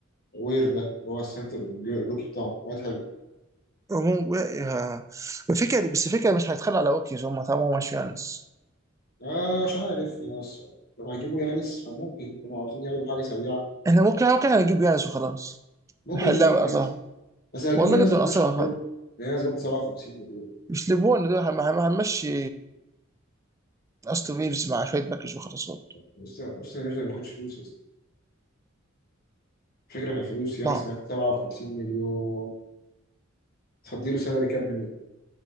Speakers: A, on the left (about 50°); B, on the right (about 15°).
A: وير ده اللي هو السنتر اللي- الروكي بتاعهم واد حلو
B: هو- آه، الفكره بس الفكره مش هيتخلوا على اوكيز هم طالما مش يانس
A: آه مش عارف في مصر لو هجيبوا يانس فممكن يكونوا عاوزين ياخدوا حاجة سريعة
B: احنا ممكن ممكن هنجيب يانس وخلاص
A: ممكن
B: نحلها
A: انتوا تجيبوا
B: وقصها
A: يانس بس لو هتجيبوا
B: والله
A: يانس
B: جد
A: هتمشوا
B: من قصها
A: برون
B: هذا
A: لان يانس بياخد 57 مليون
B: مش ليبون دول هن- هن- هنمشي استون ريفز مع شويه باكج وخلاص برضه.
A: بس بس يانس ما بياخدش فلوس يا اسطى. الفكرة في الفلوس يانس
B: لا
A: بياخد 57 مليون تفضيله سالري كاب منين